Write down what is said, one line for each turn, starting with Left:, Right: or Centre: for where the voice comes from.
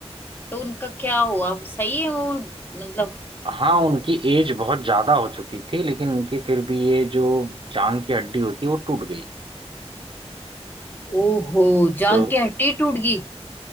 Left: तो उनका क्या हुआ सही है वो मतलब
Right: हाँ उनकी एज बहुत ज्यादा हो चुकी थी लेकिन उनकी फिर भी ये जो जांग की हड्डी होती है वो टूट गई
Left: ओहो जान
Right: तो
Left: के हड्डी टूट गई